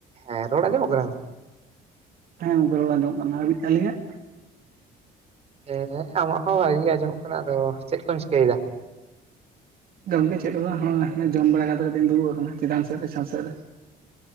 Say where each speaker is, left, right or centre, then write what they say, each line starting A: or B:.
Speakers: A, on the right; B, on the right.
A: ᱦᱮᱸ ᱨᱚᱲ ᱟᱸᱡᱚᱢᱚᱜ ᱠᱟᱱᱟ?
B: ᱦᱮᱸ ᱜᱚᱝᱠᱮ ᱨᱚᱲ ᱟᱸᱡᱚᱢᱚᱜ ᱠᱟᱱᱟ, ᱟ ᱟᱹᱞᱤᱧᱟᱜ?
A: ᱦᱮᱸ ᱟᱢᱟᱜ ᱦᱚᱸ ᱵᱷᱟᱜᱮ ᱜᱮ ᱟᱸᱡᱚᱢᱚᱜ ᱠᱟᱱᱟ᱾ ᱟᱫᱚ ᱪᱮᱫ ᱠᱚᱢ ᱪᱤᱠᱟᱹᱭ ᱫᱟ?
B: ᱜᱚᱝᱠᱮ ᱪᱮᱫ ᱦᱚ ᱵᱟᱝ? ᱦᱚᱜ ᱚᱭ ᱡᱚᱢ ᱵᱟᱲᱟ ᱠᱟᱛᱮ ᱠᱟᱹᱴᱤᱡ ᱤᱧ ᱫᱩᱲᱩᱵ ᱠᱟᱱᱟ ᱪᱮᱛᱟᱱ ᱥᱮᱜ ᱨᱮ ᱪᱷᱟᱸᱛ ᱥᱮᱜ ᱨᱮ᱾